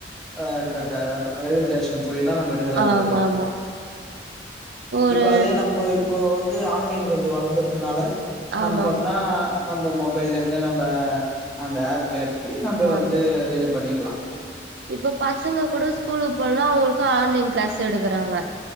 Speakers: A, in the centre; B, on the right.
A: ஆ <unintelligible> ரயில்வே டேஷன் போயி தா நம்ப எடுக்ற மாரி
B: ஆமா
A: இருக்கு
B: ஆமா ஒரு
A: இப்ப அதே நம்ப போ வந்து ஆன்லைன் கொஞ்சோ வளர்ந்துறதுனால நம்ம
B: ஆமா
A: பாத்தனா
B: ஆமா
A: நம்ப மொபைல்லந்து நம்ப அந்த ஆப்பு எறக்கி நம்ப
B: ஆமா
A: வந்து இது பண்ணிக்கலாம்
B: இப்ப பசங்க கூட ஸ்கூலுக்கு போலனா அவங்கக்கும் ஆன்லைன் கிளாஸ் எடுக்கறாங்க